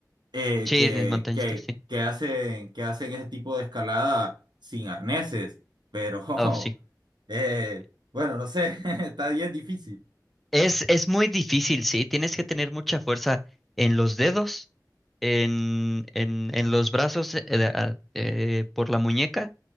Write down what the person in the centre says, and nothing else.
Sí,
es montañista,
sí.
Oh, sí.
Es, es muy difícil, sí. Tienes que tener mucha fuerza en los dedos, en, en, en los brazos, eh, de- a- eh, por la muñeca,